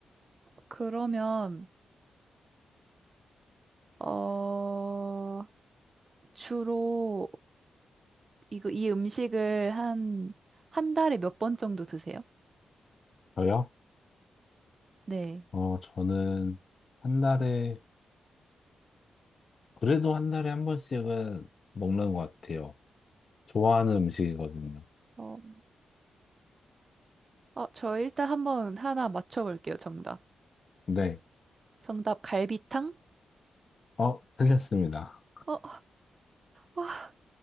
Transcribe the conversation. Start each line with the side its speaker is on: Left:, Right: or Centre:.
Right: 그러면 어, 주로 이거 이 음식을 한 한 달에 몇 번 정도 드세요?
Left: 저요?
Right: 네.
Left: 어, 저는 한 달에, 그래도 한 달에 한 번씩은 먹는 것 같아요. 좋아하는 음식이거든요.
Right: 어, 어, 저 일단 한번 하나 맞춰볼게요, 정답.
Left: 네.
Right: 정답, 갈비탕?
Left: 어, 틀렸습니다.
Right: 어, 와,